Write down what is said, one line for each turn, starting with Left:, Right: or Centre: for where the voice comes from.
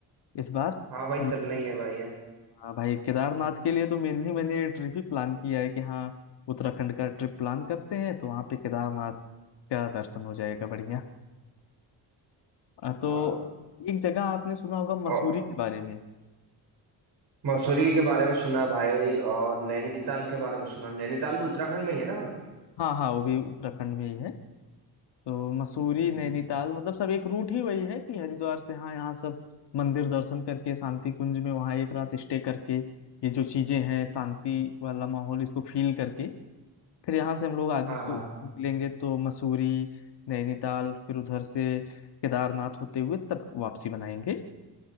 Left: इस बार
Right: हाँ भाई
Left: हम
Right: चलना
Left: लोग
Right: ही है भाई यार
Left: हाँ भाई केदारनाथ के लिए तो मेनली मैंने ये ट्रिप ही प्लान किया है कि हाँ उत्तराखंड का ट्रिप प्लान करते हैं तो वहाँ पे केदारनाथ का दर्शन हो जाएगा बढ़िया अ, तो
Right: हाँ
Left: एक जगह आपने सुना होगा
Right: और
Left: मसूरी के बारे में
Right: मसूरी के बारे में सुना भाई और नैनीताल के बारे में सुना नैनीताल भी उत्तराखंड में ही है ना भाई
Left: हाँ हाँ वो भी उत्तराखंड में ही है तो मसूरी
Right: हम्म
Left: नैनीताल मतलब सब एक रूट ही वही है कि हरिद्वार से हाँ यहाँ सब मंदिर दर्शन करके शांति कुंज में वहाँ एक रात स्टे करके ये जो चीजें हैं शांति वाला माहौल इसको फील करके फिर यहाँ से हम लोग आगे
Right: हाँ
Left: को
Right: हाँ
Left: निकलेंगे तो मसूरी नैनीताल फिर उधर से केदारनाथ होते हुए तब वापसी बनाएंगे